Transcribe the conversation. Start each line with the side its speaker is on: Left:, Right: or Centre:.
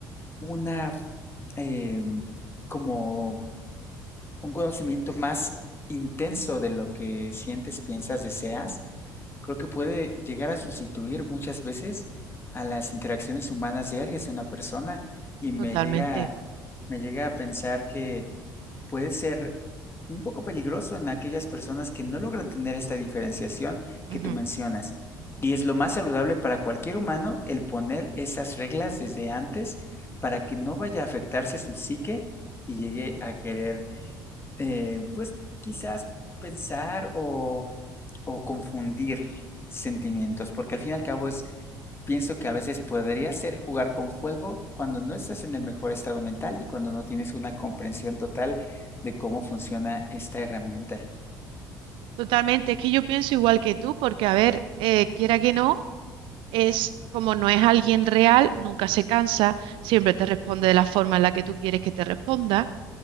Left: una eh, como un conocimiento más intenso de lo que sientes, piensas, deseas, creo que puede llegar a sustituir muchas veces a las interacciones humanas diarias de una persona y me
Right: totalmente.
Left: llega, me llega a pensar que puede ser un poco peligroso en aquellas personas que no logran tener esta diferenciación
Right: Ujú.
Left: que tú mencionas. Y es lo más saludable para cualquier humano el poner esas reglas desde antes para que no vaya a afectarse su psique y llegue a querer, eh, pues quizás pensar o, o confundir sentimientos, porque al fin y al cabo es Pienso que a veces podría ser jugar con fuego cuando no estás en el mejor estado mental y cuando no tienes una comprensión total de cómo funciona esta herramienta.
Right: Totalmente, es que yo pienso igual que tú, porque a ver, eh, quiera que no, es como no es alguien real, nunca se cansa, siempre te responde de la forma en la que tú quieres que te responda,